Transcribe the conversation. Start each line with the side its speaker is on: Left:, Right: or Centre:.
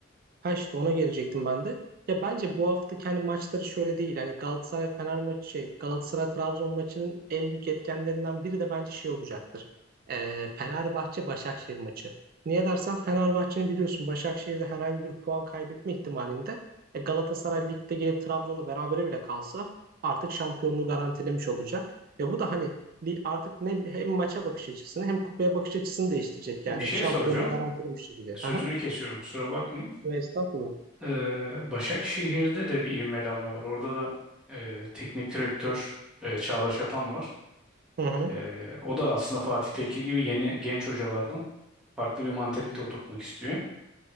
Right: Ha işte ona gelecektim ben de. Ya bence bu hafta kendi maçları şöyle değil. Hani Galatasaray Fener maçı şey Galatasaray Trabzon maçının en büyük etkenlerinden biri de bence şey olacaktır. Ee, Fenerbahçe Başakşehir maçı. Niye dersen Fenerbahçe'nin biliyorsun Başakşehir'de herhangi bir puan kaybetme ihtimalinde e, Galatasaray ligde gelip Trabzon'la berabere bile kalsa artık şampiyonluğu garantilemiş olacak. Ve bu da hani li- artık ne hem maça bakış açısını hem kupaya bakış açısını değiştirecek
Centre: Bir
Right: yani
Centre: şey
Right: şampiyonluğu
Centre: soracağım.
Right: garantilemiş gibi.
Centre: Sözünü
Right: Aha.
Centre: kesiyorum kusura bakma.
Right: Ve estağfurullah.
Centre: Ee, Başakşehir'de de bir ivmelenme var. Orada da e, teknik direktör e, Çağdaş Atan var.
Right: Hı hı.
Centre: E, o da aslında Fatih Tekke gibi yeni genç hocalardan farklı bir mantalite oturtmak istiyor.